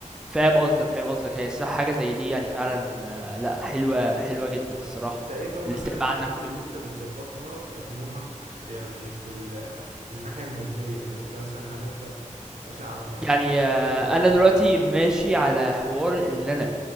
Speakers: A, in the centre; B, on the right.
A: فاهم قصدك فاهم قصدك هي الصح حاجه زي دي يعني فعلا آه، لا حلوه حلوه جدا الصراحه
B: انت ايه طب مثلا
A: اللي انت يبقى
B: الحاجات
A: عندك الخطه
B: اللي انت
A: دي
B: بتظبطها كطموحك يعني في ال... في الناحيه الماديه يعني انت مثلا هل انت ماشي على
A: يعني آه،
B: خطه معينه
A: انا دلوقتي ماشي على حوار اللي انا